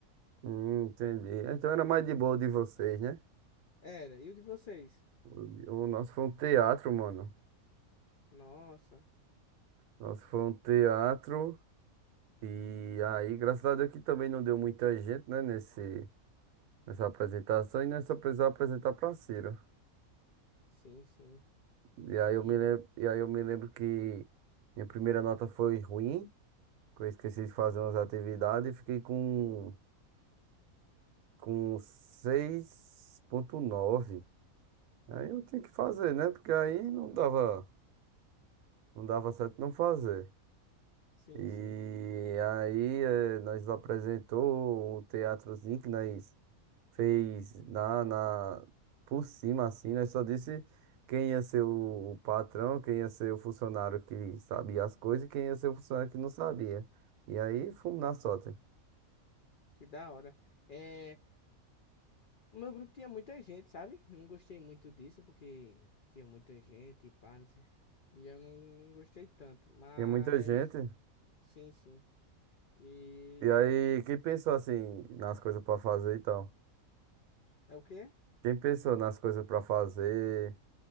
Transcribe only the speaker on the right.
Hum, entendi. Então
era
mais de boa o de vocês, né?
O, o nosso foi um teatro, mano.
Nosso foi um teatro. E aí, graças a Deus que também não deu muita gente, né, nesse, nessa apresentação, e nós só precisávamos apresentar para Ciro.
E aí
eu me lembro, e aí eu me lembro que minha primeira nota foi ruim, que eu esqueci de fazer umas atividades e fiquei com, com seis ponto nove Aí eu tinha que fazer, né? Porque aí não dava, não dava certo não fazer.
E
aí eh, nós apresentou um teatrozinho que nós fez na, na por cima assim, nós só disse quem ia ser o, o patrão, quem ia ser o funcionário que sabia as coisas e quem ia ser o funcionário que não sabia. E aí fomos na sorte.
Tinha muita gente.
E aí quem pensou assim nas coisas pra fazer e tal?
Quem pensou nas coisas pra fazer?